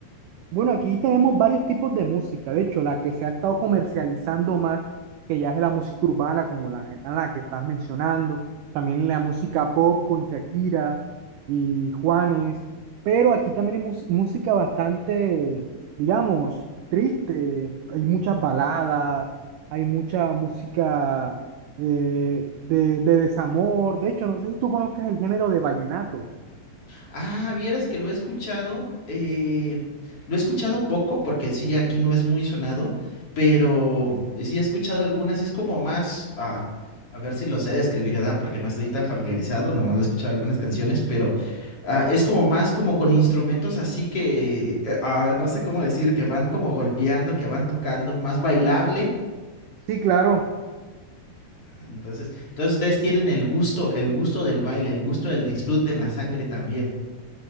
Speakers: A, on the right; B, on the left.
A: Bueno, aquí tenemos varios tipos de música. De hecho, la que se ha estado comercializando más, que ya es la música urbana, como la, gen- la que estás mencionando, también la música pop con Shakira y Juanes, pero aquí también hay mus- música bastante, digamos, triste. Hay muchas baladas, hay mucha música eh, de, de desamor. De hecho, no sé si tú conozcas el género de vallenato.
B: Ah, vieras que lo he escuchado, eh, lo he escuchado poco porque sí, aquí no es muy sonado, pero sí he escuchado algunas, es como más, ah, a ver si lo sé describir, ¿verdad? Porque no estoy tan familiarizado, nomás lo he escuchado algunas canciones, pero ah, es como más como con instrumentos así que, eh, ah, no sé cómo decir, que van como golpeando, que van tocando, más bailable.
A: Sí, claro.
B: Ah, Entonces, entonces ustedes tienen el gusto, el gusto del baile, el gusto del disfrute en la sangre también.